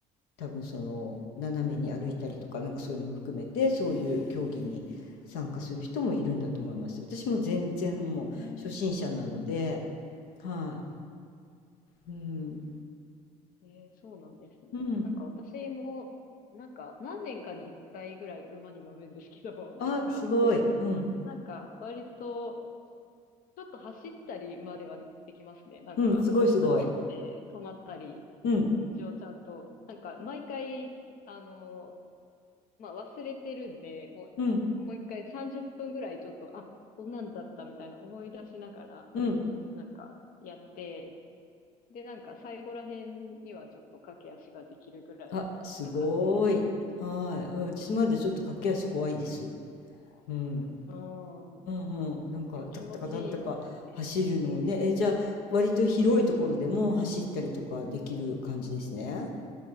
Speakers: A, on the left; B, on the left.
A: 多分その斜めに歩いたりとかなんかそういうのも含めてそういう競技に参加する人もいるんだと思います。私も全然もう初心者なので、
B: うん
A: はい。うん。
B: えー、そうなんですね。
A: うん。
B: なんか私も、なんか何年かに一回ぐらい馬に乗るんですけど、なんか、
A: あ、すごい。うん。
B: なんか割と、ちょっと走ったりまではできますね。なんか、
A: うん、すごいすごい。
B: 走って止まったり、
A: うん。
B: 一応ちゃんと、なんか毎回、あの、まあ忘れてるんで、も
A: うん。
B: う、もう一回30分ぐらいちょっと、あ、こんなんだったみたいな思い出しながら、
A: うん。
B: なんかやって、で、なんか最後ら辺にはちょっと駆け足ができるぐらいな感じです。
A: あ、すごい。はい。うん、私まだちょっと駆け足怖いです。うん。
B: ああ、
A: うんうん。なんか、
B: でも気持ちいいですよ。
A: タクタカタクタカ走るのをね。
B: うん。
A: え、じゃあ、割と広いところでも走ったりとかできる感じですね。